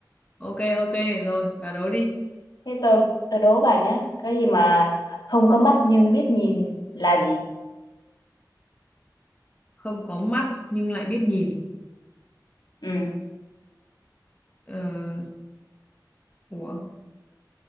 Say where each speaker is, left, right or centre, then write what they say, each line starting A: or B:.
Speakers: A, on the left; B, on the left.
A: ok ok rồi bà đố đi
B: thế tôi tôi đố bà nhé cái gì mà không có mắt nhưng biết nhìn là gì
A: không có mắt nhưng lại biết nhìn
B: ừ.
A: ờ, ủa